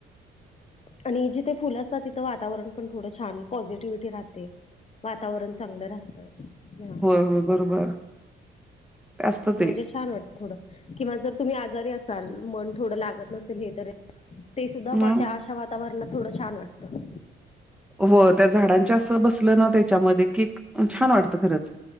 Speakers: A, on the left; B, in the centre.
A: आणि जिथे फुल असतात, तिथं वातावरण पण थोडं छान पॉझिटिव्हीटी राहतय. वातावरण चांगलं राहतं. हा.
B: हं बरोबर. ते असतं
A: म्हणजे
B: ते
A: छान वाटत थोड किंवा जर तुम्ही आजारी असाल, मन थोडं लागत नसेल हे तरी ते सुद्धा
B: हं
A: वा त्या अशा वातावरणात थोडं छान वाटतं.
B: ह हो त्या झाडांच्या असं बसलं ना त्याच्यामध्ये की छान वाटतं खरंच